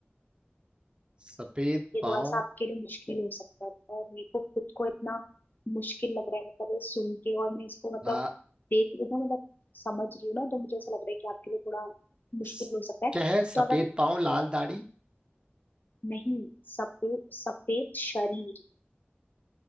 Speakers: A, on the right (about 25°); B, on the left (about 45°).
A: सफेद
B: ये
A: पाँव
B: थोड़ा सा आपके लिए मुश्किल हो सकता है और मेरे को खुद को इतना मुश्किल लग रहा है मतलब ये सुन के और मैं इसको मतलब
A: ला
B: देख रही हूँ ना, मतलब समझ रही हूँ ना तो मुझे ऐसा लग रहा है कि आपके लिए थोड़ा मुश्किल
A: स-
B: हो सकता है
A: क्या है सफेद
B: तो अगर
A: पाँव लाल दाढ़ी
B: नहीं सफेद सफेद शरीर